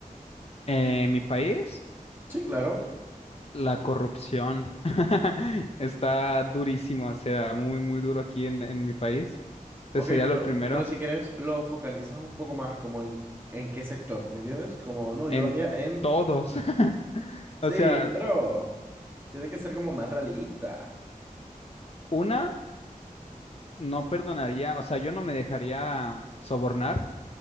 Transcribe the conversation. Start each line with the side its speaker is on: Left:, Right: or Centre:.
Left: Eh, En mi país,
Right: Sí, claro.
Left: la corrupción <laughs> está durísimo, o sea, muy, muy duro aquí en, en mi país. Este
Right: Ok,
Left: sería
Right: pero,
Left: lo primero
Right: pero si quieres lo focalizas un poco más como en, en qué sector, ¿me entiendes? Como no, yo
Left: en
Right: lo haría en...
Left: todos. <laughs>
Right: Sí,
Left: O sea,
Right: pero tienen que ser como más realista.
Left: una, no perdonaría, o sea, yo no me dejaría sobornar.